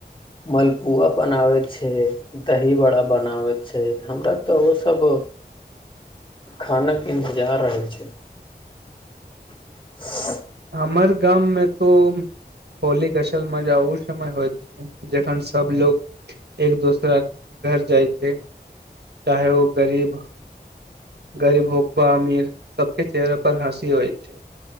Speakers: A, on the left; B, on the right.
A: मलपुआ बनाबैत छै दही बड़ा बनाबैत छै हमरा तऽ ओसभ खानक इन्तजार रहै छै <inaudible>
B: हमर गाम मे तो होलीके असल मजा ओ समय होइ छै जखन सभ लोग एक दोसरा घर जाइ छै चाहे ओ गरीब गरीब हो आ अमीर सबके चेहरे पर हँसी होइ छै